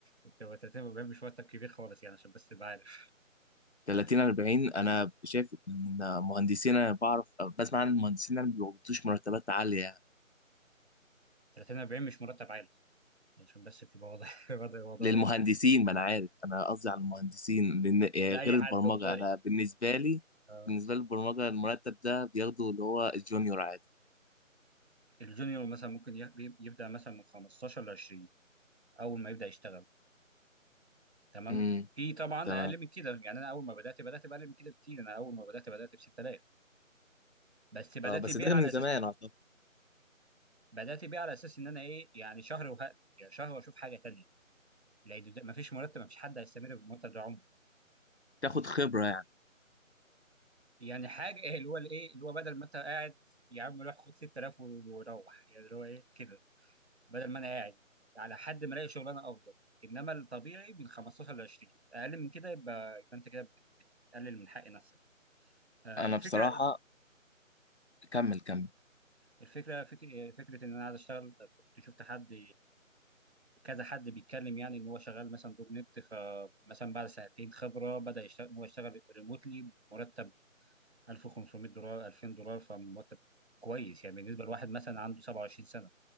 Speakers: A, on the right (about 50°); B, on the left (about 55°).
A: انت هو 30 40 مش مرتب كبير خالص يعني عشان بس تبقى عارف
B: 30 40 انا شايف ان مهندسين انا بعرف بسمع عن المهندسين انا ما بيقبضوش مرتبات عاليه يعني.
A: 30 40 مش مرتب عالي. عشان بس تبقى واضح <laughs> واضح الموضوع
B: للمهندسين
A: ده.
B: ما انا عارف انا قصدي على المهندسين لان يعني
A: لأي
B: غير البرمجه
A: حد والله
B: انا بالنسبه لي
A: آه.
B: بالنسبه للبرمجه المرتب ده بياخده اللي هو الجونيور عادي
A: الجونيور مثلا ممكن ي- بي- يبدأ مثلا من 15 ل 20 أول ما يبدأ يشتغل تمام
B: امم
A: في طبعا
B: تمام
A: أقل من كده يعني أنا أول ما بدأت بدأت بأقل من كده بكتير أنا أول ما بدأت بدأت ب 6000 بس بدأت
B: اه بس
A: بيه
B: ده
A: على
B: من زمان
A: أساس
B: اعتقد
A: بدأت بيه على أساس إن أنا إيه يعني شهر وهقل يعني شهر وأشوف حاجة تانية لأن ده- مفيش مرتب مفيش حد هيستمر بالمرتب ده عمره
B: تاخد خبره يعني
A: يعني حاجة اللي هو الإيه اللي هو بدل ما أنت قاعد يا عم روح خد 6000 وروح يعني اللي هو إيه كده بدل ما انا قاعد على حد ما الاقي شغلانه افضل انما الطبيعي من 15 ل 20 اقل من كده يبقى يبقى انت كده بتقلل من حق نفسك آه،
B: انا
A: الفكره
B: بصراحه كمل كمل
A: الفكره فك... فكره ان انا عايز اشتغل كنت شفت حد كذا حد بيتكلم يعني ان هو شغال مثلا دوت نت فمثلا بعد سنتين خبره بدا يشتغل هو يشتغل ريموتلي بمرتب 1500 دولار 2000 دولار فمرتب كويس يعني بالنسبه لواحد مثلا عنده 27 سنه